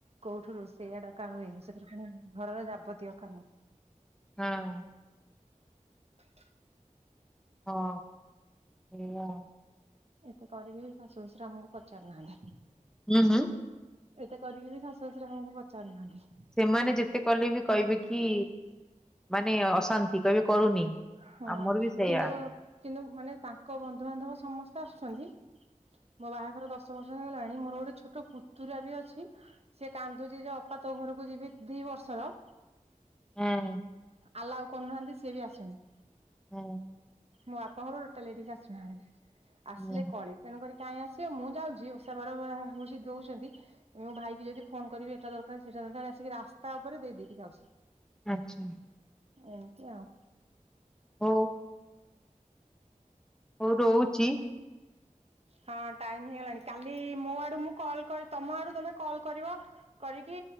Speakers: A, on the right (about 50°); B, in the centre.
A: କୋଉଠୁ ରୋଷେ ସେଇଆ ଡକାା ହୁଏନି ସେଥିରୁ ପୁଣି ଘରର ଯାବତୀୟ କାମ।
B: ହଁ।
A: <inaudible>
B: ହଁ ସେଇଆ।
A: ଏତେ କରିକି ବି ଶାଶୁ ଶ୍ୱଶୁର ଆମକୁ ପଚାରୁନାହାନ୍ତି।
B: ହୁଁ ହୁଁ।
A: ଏତେ କରିକି ବି ଶାଶୁ ଶଶୁର ଆମକୁ ପଚାରୁନାହାନ୍ତି।
B: ସେମାନେ ଯେତେ କଲେ ବି କହିବେ କି ମାନେ ଅଶାନ୍ତି କହିବେ କରୁନି।
A: ହଁ
B: ଆମର ବି ସେଇଆ।
A: କିନ୍ତୁ କିନ୍ତୁ ମାନେ ତାଙ୍କ ବନ୍ଧୁବାନ୍ଧବ ସମସ୍ତେ ଆସୁଛନ୍ତି। ମୋ ବାହାଘର ଦଶ ବର୍ଷ ହେଇଗଲାଣି ମୋର ଗୋଟେ ଛୋଟ ପୁତୁରା ବି ଅଛି। ସିଏ କାନ୍ଦୁଛି ଯେ ଅପା ତୋ ଘରକୁ ଯିବି ଦି ବର୍ଷର
B: ହେଁ।
A: ଆଲାଉ କରୁନାହାନ୍ତି ସିଏ ବି ଆସୁନି।
B: ହୁଁ।
A: ମୋ ବାପଘର ଟୋଟାଲ ଏଠିକ ଆସୁନାହାନ୍ତି ଆସିଲେ
B: ହୁଁ।
A: କଳିି। ତେଣୁକରି କାଇଁ ଆସିବେ ମୁଁ ଯାଉଛି ଓଷା ବାର ବ ଯା ହଉଛି ଦଉଛନ୍ତି। ଏ ମୋ ଭାଇକି ଯଦି ଫୋନ କରିବି ଏଟା ଦରକାର ସେଟା ଦରକାର ଆସିକି ରାସ୍ତା ଉପରେ ଦେଇଦେକି ଯାଉଚି।
B: ଆଚ୍ଛା।
A: ଏମିତିି ଆଉ।
B: ହୋଉ। ହୋଉ ରୋଉଚି।
A: ହଁ ଟାଇମ ହେଇଗଲାଣି କାଲି ମୋ ଆଡୁ ମୁଁ କଲ୍ କରି ତମ ଆଡୁ ତମେ କଲ୍ କରିବ। କରିକି